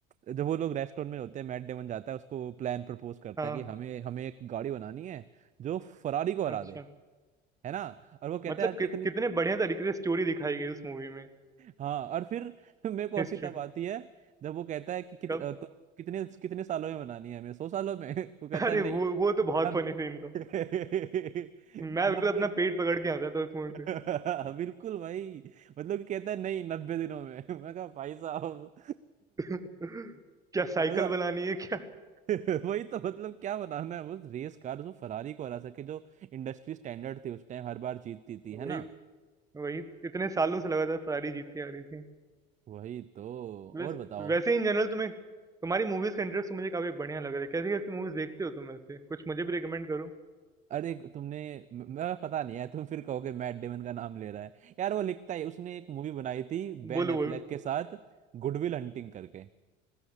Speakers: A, on the right; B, on the right.
A: जब वो लोग रेस्टोरेंट में होते हैं मैट डेमन जाता है उसको प्लान प्रपोज करता
B: हाँ,
A: है कि हमें हमें एक गाड़ी बनानी है जो फरारी को हरा
B: अच्छा।
A: दे है ना और वो कहता
B: मतलब
A: है
B: कि
A: कितनी
B: कितने बढ़िया तरीके से स्टोरी दिखाई गई उस मूवी में।
A: हाँ और फिर <laughs> मेरे को
B: हिस्ट्री।
A: हंसी तब आती है जब वो कहता है कि कित,
B: कब?
A: तो कितने कितने सालों में बनानी है हमें सौ सालों में <laughs> वो कहता
B: अरे
A: है नहीं
B: वो वो तो बहुत
A: नब
B: फनी सीन था
A: <laughs>
B: मैं बिल्कुल
A: नब्बे
B: अपना पेट पकड़ के हंसा था उस मूवी
A: <laughs> बिल्कुल भाई मतलब कि कहता है नहीं नब्बे दिनों में <laughs> मैं कहा भाई साहब
B: पे <laughs> क्या साइकिल
A: <laughs> मजा
B: बनानी है क्या
A: <laughs> वही तो मतलब क्या बनाना है बस रेस कार जो फरारी को हरा सके जो इंडस्ट्री स्टैंडर्ड थी उस टाइम हर बार जीतती थी
B: वही
A: है ना
B: वही इतने सालों से लगातार सारी जीतती आ रही थी
A: वही तो
B: वैस,
A: और बताओ
B: वैसे इन जनरल तुम्हें तुम्हारी मूवीज का इंटरेस्ट मुझे काफी बढ़िया लग रहा है कैसी कैसी मूवीज देखते हो तुम वैसे कुछ मुझे भी रिकमेंड करो
A: अरे तुमने म- मेरा पता नहीं है तुम फिर कहोगे मैट डेमन का नाम ले रहा है यार वो लिखता है उसने एक मूवी बनाई थी बेन
B: बोलो
A: एफ्लेक
B: बोलो
A: के साथ गुडविल हंटिंग करके